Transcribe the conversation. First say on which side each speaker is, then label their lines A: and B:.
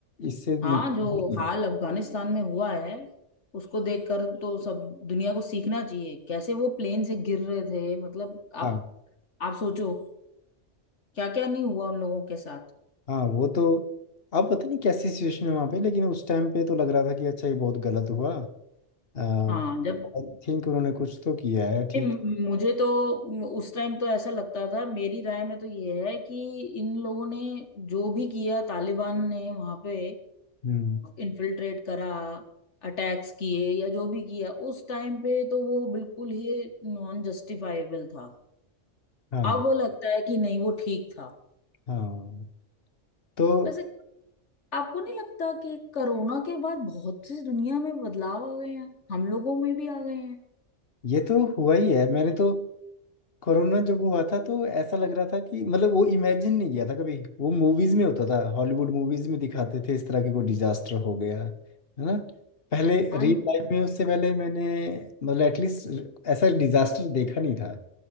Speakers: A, on the left; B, on the left.
A: इससे नुकसान
B: हाँ जो हाल अफगानिस्तान में हुआ है उसको देखकर तो सब दुनिया को सीखना चाहिए कैसे वो प्लेन से गिर रहे थे मतलब आप
A: हाँ
B: आप सोचो क्या क्या नहीं हुआ उन लोगों के साथ
A: हाँ वो तो अब पता नहीं कैसी सिचुएशन है वहाँ पे लेकिन उस टाइम पे तो लग रहा था कि अच्छा ये बहुत गलत हुआ आई
B: हाँ जब
A: थिंक उन्होंने कुछ तो किया है ठीक
B: ए, मुझे तो उस टाइम तो ऐसा लगता था मेरी राय में तो ये है कि इन लोगों ने जो भी किया तालिबान ने वहां पे
A: हम्म
B: इन्फिल्ट्रेट करा अटैक्स किए या जो भी किया उस टाइम पे तो वो बिल्कुल ही नॉन जस्टिफाइबल था
A: हाँ
B: अब वो लगता है कि नहीं वो ठीक था
A: हाँ तो
B: वैसे आपको नहीं लगता कि कोरोना के बाद बहुत सी दुनिया में बदलाव आ गए हैं हम लोगों में भी आ गए हैं
A: ये तो हुआ ही है मैंने तो कोरोना जब हुआ था तो ऐसा लग रहा था कि मतलब वो इमेजिन नहीं किया था कभी वो मूवीज में होता था हॉलीवुड मूवीज में दिखाते थे इस तरह के कोई डिजास्टर हो गया है ना पहले
B: हाँ
A: रियल
B: जी
A: लाइफ में उससे पहले मैंने मतलब एटलीस्ट ऐसा डिजास्टर देखा नहीं था